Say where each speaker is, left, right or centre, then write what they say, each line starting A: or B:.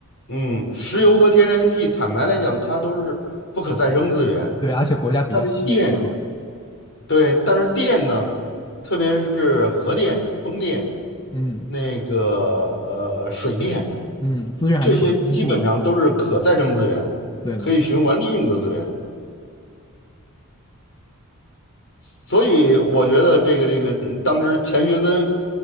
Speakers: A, on the left (about 60°); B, on the left (about 20°).
A: 嗯，石油和天然气，坦白来讲，它都是不可再生资源。
B: 对，而且国家比较稀缺嘛，
A: 但是电，对，但是电呢，特别是核电、风电、
B: 嗯
A: 那个呃水电，
B: 嗯，资源还是很丰富的，
A: 这些基本上都是可再生资源，
B: 对的，
A: 可以循环利用的资源。所以我觉得这个这个，当时钱学森